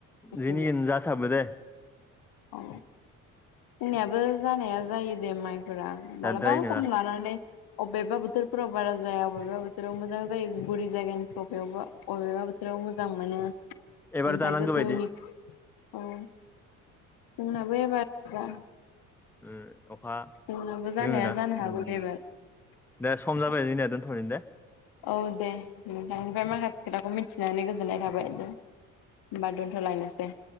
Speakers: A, in the centre; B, on the left.
A: जोंनिखिन
B: जायो। <inaudible>
A: जासाबो दे
B: अ जोंनियाबो जानाया जायो दे माइ फोरा मालाबा
A: जाद्रायै नङा
B: सम लानानै अबेबा बोथोरफोराव बारा जाया अबेबा बोथोराव मोजां जायो बोरि जायगानिफ्राव <unintelligible> अबेबा बोथोराव मोजां मोनो ओमफ्राय
A: एबार जानांगौ
B: गोथौनि
A: बायदि
B: औ आंनाबो एबार <unintelligible>
A: ओ अखा
B: नोंनाबो जानाया
A: दोङो ना
B: जानो हागौ
A: उम
B: दे एबार
A: दे सम जाबाय जोंनिया दोनथ'नो दे
B: औ दे नोंथांनिफ्राय माखा खोथाखौ मिथिनानै गोजोननाय थाबाय दे होमबा दोनथ'लायनोसै <inaudible>